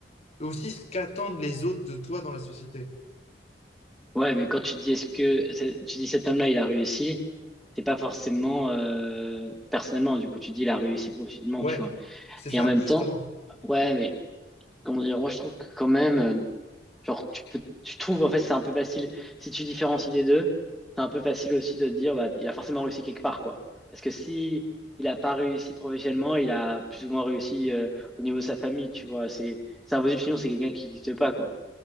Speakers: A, on the left; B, in the centre.
A: et aussi ce qu'attendent les autres de toi dans la société.
B: Ouais, mais quand tu te dis, est-ce que, c'est- tu dis cet homme-là, il a réussi, c'est pas forcément euh, personnellement, du coup, tu dis, il a réussi professionnellement,
A: Ouais,
B: tu vois.
A: c'est
B: Et
A: ça,
B: en même
A: justement.
B: temps, ouais, mais comment dire, moi, je trouve que quand même. Genre, tu peux, je trouve, en fait, c'est un peu facile. Si tu différencies les deux, c'est un peu facile aussi de te dire, bah, il a forcément réussi quelque part, quoi. Parce que si il a pas réussi professionnellement, il a plus ou moins réussi euh, au niveau de sa famille, tu vois. C'est, c'est impossible, sinon c'est quelqu'un qui n'existe pas, quoi.